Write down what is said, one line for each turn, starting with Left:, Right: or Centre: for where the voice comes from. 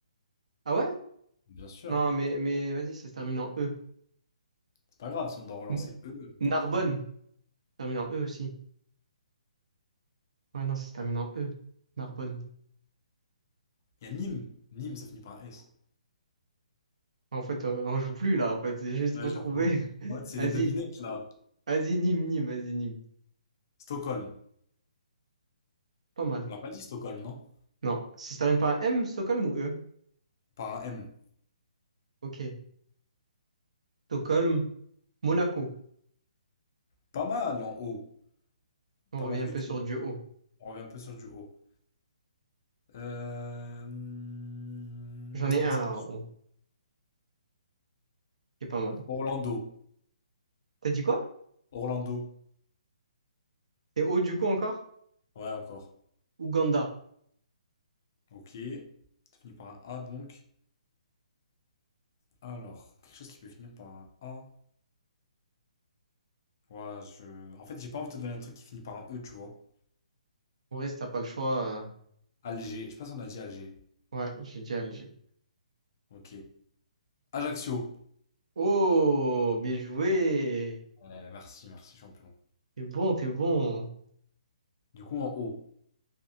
Right: Ah ouais?
Left: Bien sûr.
Right: Non, mais, mais vas-y, ça se termine en E.
Left: C'est pas grave, si on doit relancer
Right: N-
Left: le E,
Right: Narbonne.
Left: tant pis. hein.
Right: Terminant E aussi. Ouais, non, c'est terminant E. Narbonne.
Left: Il y a Nîmes. Nîmes, ça finit par un S.
Right: Enfin, En fait, euh, on joue plus là, en fait. C'est juste
Left: Ouais,
Right: faut
Left: j'avoue.
Right: trouver. <laughs>
Left: Ouais, c'est
Right: Vas-y,
Left: des devinettes là.
Right: vas-y, Nîmes, Nîmes, vas-y, Nîmes.
Left: Stockholm.
Right: Pas mal.
Left: On l'a pas dit Stockholm, non?
Right: Non, si ça termine par un M, Stockholm ou E?
Left: Par un M.
Right: Ok. Stockholm, Monaco.
Left: Pas mal en haut.
Right: On
Left: Pas
Right: revient
Left: mal
Right: un
Left: du
Right: peu
Left: tout.
Right: sur du haut.
Left: On revient un peu sur du haut. Euh... hum,
Right: J'en ai un
Left: ça-
Right: là en haut, qui est pas mal.
Left: Orlando.
Right: T'as dit quoi?
Left: Orlando.
Right: C'est haut du coup encore?
Left: Ouais, encore.
Right: Ouganda.
Left: Ok. Ça finit par un A donc. Alors, quelque chose qui peut finir par un A. Ouais, je... En fait, j'ai pas envie de te donner un truc qui finit par un E, tu vois.
Right: En vrai, si t'as pas le choix. euh,
Left: Alger. Je sais pas si on a dit Alger.
Right: Ouais, j'ai dit Alger.
Left: Ok. Ajaccio.
Right: Oh, bien joué!
Left: Ouais, merci, merci, champion.
Right: T'es bon, t'es bon.
Left: Du coup, en haut.